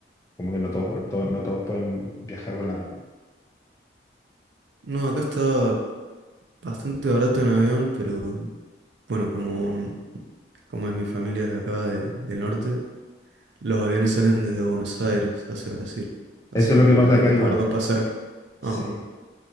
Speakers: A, on the left; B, on the right.
A: Como que no todos, vol- to- no todos pueden viajar volando.
B: No, acá está bastante barato en avión, pero bueno, como, mm, como es mi familia de acá, de- del norte, los aviones salen desde Buenos Aires hacia Brasil. Así
A: Eso es
B: que
A: lo que pasa
B: había
A: acá
B: que
A: igual.
B: pagar dos pasajes.
A: Sí.
B: Ah, bueno.